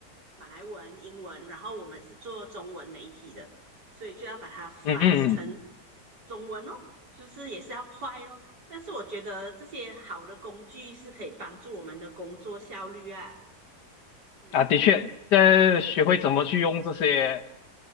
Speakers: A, on the right; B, on the left.
A: 马来文、英文，然后我们是做中文媒体的，所以就要把它翻译成
B: 嗯嗯嗯
A: 中文哦，就是也是要快咯。但是我觉得这些好的工具是可以帮助我们的工作效率啊，嗯，
B: 啊，的确，在学会怎么去用这些
A: 对。